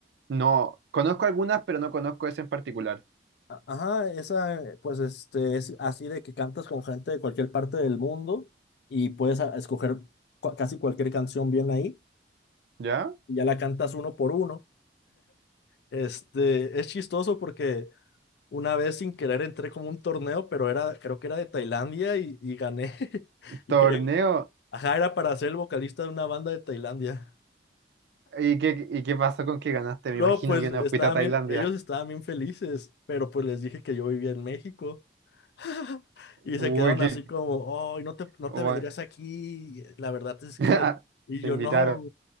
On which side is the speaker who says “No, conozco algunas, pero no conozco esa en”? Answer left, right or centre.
Right